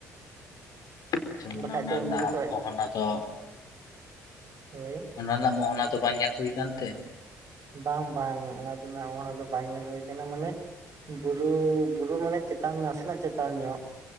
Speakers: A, on the left; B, on the right.
A: ᱟᱪᱪᱷᱟ ᱢᱟᱱᱮ
B: ᱵᱟᱠᱷᱟᱡ
A: ᱚᱱᱟ
B: ᱫᱚ
A: ᱨᱮᱱᱟᱜ
B: ᱩᱱᱫᱤᱱ ᱠᱷᱚᱡ
A: ᱢᱚᱦᱚᱱᱟ ᱫᱚ
B: ᱦᱳᱭ
A: ᱚᱱᱟ ᱨᱮᱱᱟᱜ ᱢᱚᱦᱚᱱᱟ ᱫᱚ ᱵᱟᱝ ᱧᱮᱞ ᱦᱩᱭ ᱠᱟᱱᱛᱮ?
B: ᱵᱟᱝ ᱵᱟᱝ ᱚᱱᱟ ᱫᱚ ᱚᱱᱟ ᱫᱚ ᱵᱟᱝ ᱧᱮᱞ ᱦᱩᱭ ᱠᱟᱱᱟ ᱢᱟᱱᱮ... ᱵᱩᱨᱩ ᱵᱩᱨᱩ ᱢᱟᱱᱮ ᱪᱮᱛᱟᱱ ᱱᱟᱥᱮᱱᱟᱜ ᱪᱮᱛᱟᱱ ᱧᱚᱜ